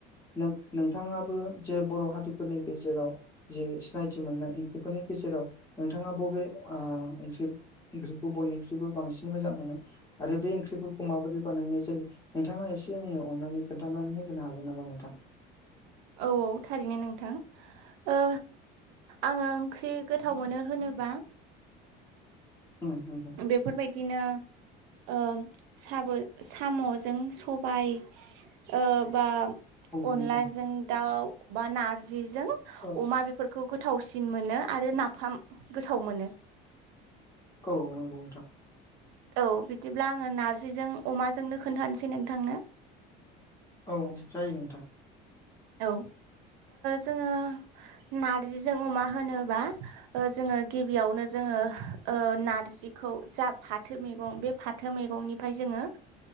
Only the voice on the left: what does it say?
नोंथाङाबो जे बर' हारिफोरनि गेजेराव। जे सिनायथि मोननाय ओंख्रिफोरनि गेजेराव नोंथाङा बबे ओंख्रि। ओंख्रिखौ बयनिख्रुइबो बांसिन मोजां मोनो आरो बे ओंख्रिफोरखौ माबोरै बानायनाय जायो नोंथाङा एसे आंनो अननानै खोन्थानानै होनो हागोन नंगौ नोंथां
उम उम उम
नोंथां
औ
औ नंगौ नोंथां
औ जायो नोंथां।